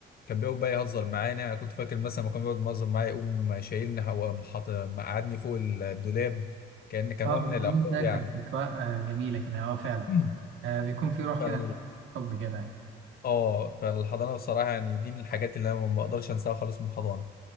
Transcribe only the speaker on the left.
كان بيقعد بقى يهزر معانا يعني أنا كنت فاكر مثلا ما كان بيقعد يهزر معايا يقوم شايلني وقام حاط- مقعدني فوق الدولاب كأن كان
هو من
العقاب
يعني
<clears throat>
فال
اه فالحضانه بصراحه يعني دي من الحاجات اللي انا ما اقدرش انساها خالص من الحضانه